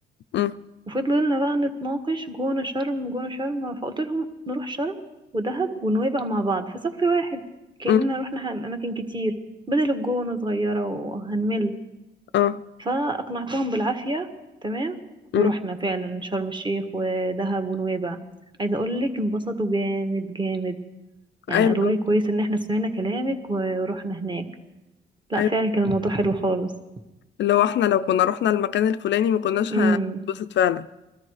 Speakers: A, on the left; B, on the right.
A: امم
B: وفضلنا بقى نتناقش جونة شرم جونة شرم فقلت لهم نروح شرم ودهب ونويبع مع بعض في صف واحد كأننا
A: امم
B: رحنا ح- أماكن كتير بدل الجونة صغيرة وهنمل
A: اه
B: فأقنعتهم بالعافية تمام
A: امم
B: ورحنا فعلا شرم الشيخ ودهب ونويبع عايزة أقول لك انبسطوا جامد جامد يعني
A: ايوه
B: قالوا لي كويس إن احنا سمعنا كلامك ورحنا هناك لا
A: أيوه.
B: فعلا كان الموضوع حلو خالص
A: اللي هو احنا لو كنا رحنا المكان الفلاني ما كناش
B: امم
A: هنتبسط فعلا